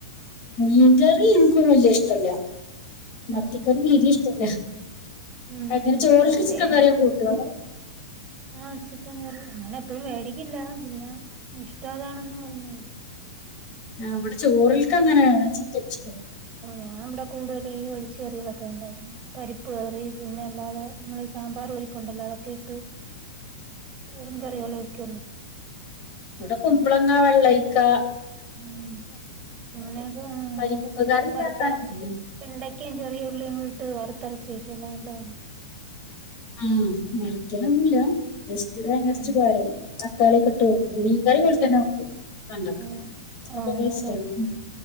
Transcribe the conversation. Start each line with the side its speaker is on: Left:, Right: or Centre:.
Left: മീൻകറി എനിക്കും വല്ല ഇഷ്ടല്ല മത്തിക്കറി
Right: ഉം
Left: വീട്ടിൽ ഇഷ്ടല്ല
Right: ഉം
Left: അങ്ങനെ ചോറിൽക്ക്
Right: കറി
Left: ചിക്കൻ കറിയൊ
Right: അങ്ങ്
Left: കൂട്ടും
Right: ആ ചിക്കൻ കറി അങ്ങനെ പ്പഴും മേടിക്കില്ല പിന്ന ഇഷ് ടതാണെന്ന് പറഞ്ഞേര്
Left: ആ ഇവിടെ ചോറിൽക്കങ്ങനെ ചി <unintelligible>
Right: ഞാൻ ഇവിടെ കൂടുതലും ഈ ഒഴിച്ച് കറികളൊക്കെ ഉണ്ടാക്കുന്നെ പരിപ്പ് കറി പിന്നെ അല്ലാതെ നമ്മള് ഈ സാമ്പാർ പരിപ്പുണ്ടല്ലോ അതൊക്കെ ഇട്ട് <unintelligible> ങ്കറികൾ വെക്കുവല്ലോ
Left: ഇവിടെ കുമ്പളങ്ങാ വെള്ളരിക്കാ
Right: ഉം അങ്ങനെയൊക്കെ അങ്ങനെയൊക്കെ
Left: പരിപ്പ്
Right: തന്നെ
Left: കറി ഇണ്ടാക്കാനറിയും
Right: വറുത്തര വെണ്ടക്കെയും ചെറിയ ഉ ള്ളിയും കൂടി ഇട്ട് വറുത്തരച്ചി വെക്കുല്ലോ അത് നല്ല കറി
Left: ആ വർക്കലൊന്നുംല്ല ജസ്റ്റ് തേങ്ങരച്ച്
Right: ഉം
Left: പാരും തക്കാളിയൊക്കെ ഇട്ട് വെക്കും മീൻകറിപോല ത്തന വെക്കും വെണ്ടക്ക
Right: ആ ആ അതോലൊയിക്ക
Left: ഇഷ്ടാണ്